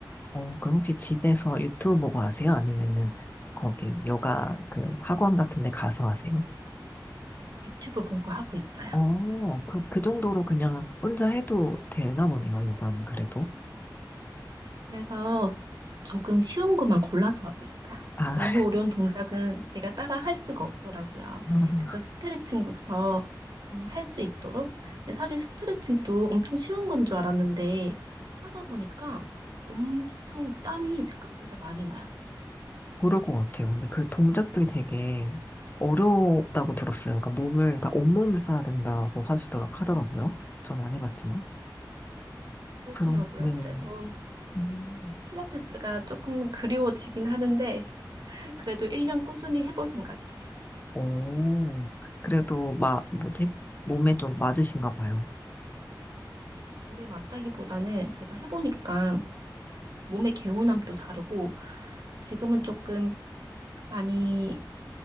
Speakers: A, on the left; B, on the right.
A: 어, 그럼 혹시 집에서 유튜브 보고 하세요? 아니면은 거기 요가 그 학원 같은 데 가서 하세요?
B: 유튜브 보고 하고 있어요.
A: 어, 그, 그 정도로 그냥 혼자 해도 되나 보네요, 요가는 그래도.
B: 그래서 조금 쉬운 것만 골라서 하고 있어요.
A: 아,
B: 너무 어려운 동작은 제가 따라 할 수가 없더라고요.
A: <laughs>
B: 그래서 스트레칭부터 좀 할 수 있도록. 근데 사실 스트레칭도 엄청 쉬운 건 줄 알았는데 하다 보니까 엄청 땀이 생각보다 많이 나요.
A: 그럴 것 같아요. 근데 그 동작들이 되게 어렵다고 들었어요. 그러니까 몸을, 그러니까 온몸을 써야 된다고 하시더, 하더라고요. 전 안 해봤지만.
B: 그렇더라고요.
A: 그런, 네.
B: 그래서
A: 음.
B: 필라테스가 조금 그리워지긴 하는데 그래도 1년 꾸준히 해볼 생각이에요.
A: 오, 그래도 막, 뭐지? 몸에 좀 맞으신가 봐요.
B: 몸에 맞다기보다는 제가 해보니까 몸의 개운함도 다르고 지금은 조금 많이